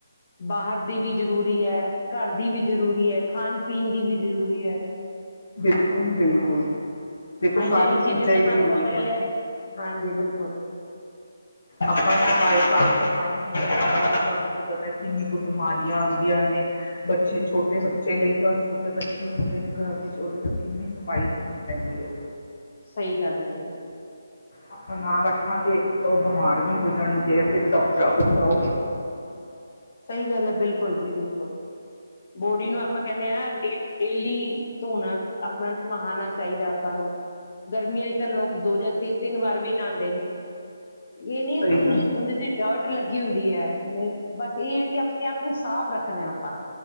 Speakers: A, on the left; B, on the left.
A: ਬਾਹਰ ਦੀ ਵੀ ਜ਼ਰੂਰੀ ਹੈ, ਘਰ ਦੀ ਵੀ ਜ਼ਰੂਰੀ ਹੈ, ਖਾਣ-ਪੀਣ ਦੀ ਵੀ ਜ਼ਰੂਰੀ ਹੈ।
B: ਬਿਲਕੁਲ-ਬਿਲਕੁਲ। ਦੇਖੋ
A: ਹਾਈਜੈਨਿਕ
B: ਸਾਰੀ ਚੀਜ਼ਾਂ
A: ਤਾਂ
B: ਹੀ
A: ਤੁਹਾਨੂੰ
B: ਜ਼ਰੂਰੀ
A: ਪਤਾ
B: ਹੈ,
A: ਹੀ ਹਾਂਜੀ ਬਿਲਕੁਲ।
B: ਆਪਾਂ ਸਫਾਈ ਸਾਫ਼- ਸਫ਼ਾਈ ਤੁਹਾਨੂੰ ਵੀ ਪਤਾ ਕਿੰਨੀ ਕੁ ਬਿਮਾਰੀਆਂ ਆਉਂਦੀਆਂ ਨੇ ਬੱਚੇ ਛੋਟੇ ਬੱਚੇ ਲਈ ਤਾਂ ਛੋਟੇ ਬੱਚੇ ਹੁੰਦੇ ਨੇ ਘਰ ਵਿੱਚ ਉਹਦੇ ਤੋਂ ਕਿੰਨੀ ਸਫਾਈ ਰੱਖਣੀ ਪੈਂਦੀ ਹੈ।
A: ਸਹੀ ਗੱਲ ਹੈ ਜੀ।
B: ਆਪਾਂ ਨਾ ਰੱਖਾਂਗੇ ਤਾਂ, ਉਹ ਬਿਮਾਰ ਵੀ ਹੋ ਜਾਣਗੇ, ਫਿਰ ਡਾਕਟਰ ਟਦੀ ਆਔ।
A: ਸਹੀ ਗੱਲ ਹੈ, ਬਿਲਕੁਲ ਜੀ ਬਿਲਕੁਲ, ਬੋਡੀ ਨੂੰ ਆਪਾਂ ਕਹਿੰਦੇ ਹ ਨਾ ਡੇਲੀ ਧੋਣਾ, ਆਪਣਾ ਨੂੰ ਨਹਾਣਾ ਚਾਹੀਦਾ। ਲੋਕਾਂ ਨੂੰ ਗਰਮੀਆਂ ਚ ਤਾਂ ਲੋਕ ਦੋ ਜਾਂ ਤਿੰਨ- ਤਿੰਨ ਵਾਰ ਵੀ ਨਹਾਉਂਦੇ ਨੇ ਇਹ
B: ਨਹੀਂ
A: ਨੀ ਹੈ ਕਿ ਉਹਦੇ ਤੇ ਡਰਟ ਲੱਗੀ ਹੁੰਦੀ ਹੈ, ਨਹੀਂ ਇਹ ਹੈ ਕਿ ਆਪਣੇ ਆਪ ਨੂੰ ਸਾਫ਼ ਰੱਖਣਾ ਆਪਾਂ